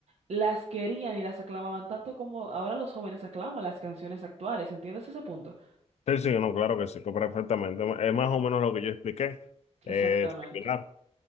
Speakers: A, on the right; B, on the left.
A: las querían y las aclamaban tanto como ahora los jóvenes aclaman las canciones actuales. ¿Entiendes ese punto?
B: Sí, sí, no, claro que sí, que perfectamente. Es más o menos lo que yo expliqué, eh,
A: Exactamente.
B: similar,